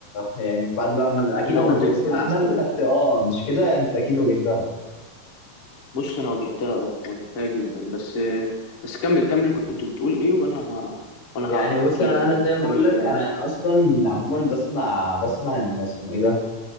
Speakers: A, on the left; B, on the left.
A: يعني بعد بقى ما اكيد
B: انا
A: لما
B: واجهت
A: نزلت سوق
B: المشكله
A: العمل خدت
B: دي
A: اه مش كده يعني انت اكيد واجهتها
B: بص انا واجهتها اه واجهتها جدا بس بس كمل كمل كنت بتقول ايه وانا ه... وانا
A: يعني
B: ه-
A: بص
B: هحكي
A: انا
B: لك
A: انا
B: يعني بس
A: زي ما بقول
B: كمل
A: لك
B: كلامك
A: انا انا اصلا عموما بسمع بسمع ان اسمه ايه ده